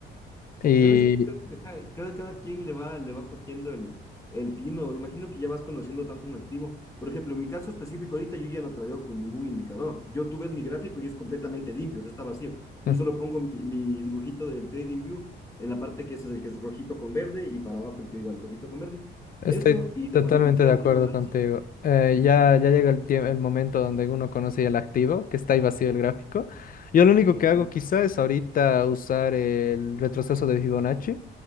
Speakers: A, on the left (about 45°); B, on the left (about 15°).
A: Y...
B: Sabes que yo creo que, ajá, cada, cada quien le va, le va cogiendo el, el tino. Imagino que ya vas conociendo tanto un activo. Por ejemplo, en mi caso específico, ahorita yo ya no traigo con ningún indicador. Yo tú ves mi gráfico y es completamente limpio, o sea, está vacío.
A: mm.
B: Yo solo pongo mi, mi dibujito del TradingView en la parte que es el que es rojito con verde y para abajo el que igual rojito con verde.
A: Estoy
B: Eso y le
A: totalmente
B: modifiqué
A: de
B: al
A: acuerdo
B: Fibonacci.
A: contigo. Eh, ya, ya llega el tiempo, el momento donde uno conoce ya el activo, que está ahí vacío el gráfico. Yo lo único
B: Ujú,
A: que hago quizá es ahorita usar el retroceso de Fibonacci